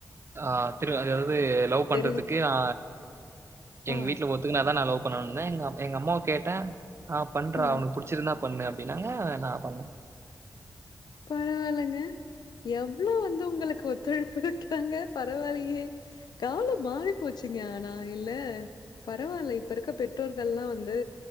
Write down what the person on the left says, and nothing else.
தெரிவிச்
ஆ.
ஆ.
பரவால்லங்க எவ்ளோ வந்து உங்களுக்கு ஒத்துழைப்பு இருக்கிறாங்க பரவால்லயே காலம் மாறி போச்சுங்க ஆனா இல்ல பரவால்ல இப்ப இருக்க பெற்றோர்கள்லா வந்து